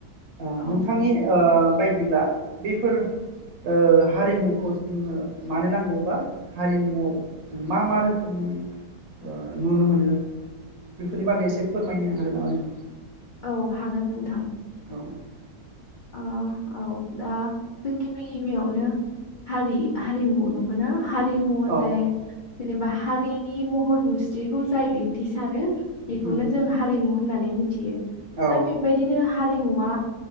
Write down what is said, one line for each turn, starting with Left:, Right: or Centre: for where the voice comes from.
Right: ओ
Left: औ
Right: नोंथांनि ओ बायदिब्ला बेफोर ओ हारिमुखौ जोनो मानो नांगौबा हारिमुआव मा मा रोखोमनि नुनो मोनो बेफोरनि बागै एसे फोरमायनो हागोन नामा नों
Left: औ हागोन नोंथां
Right: औ <inaudible>
Left: अ औ दा जों गिबि गिबियावनो हारि हारिमु नंगौ ना हारि
Right: औ
Left: जाय जेनेबा हारिनि महर मुस्रिखौ जाय दिन्थिसारो बेखौनो
Right: नंगौ
Left: जों हारिमु होननानै मिथियो
Right: औ
Left: दा बेबायदिनो हारिमुवा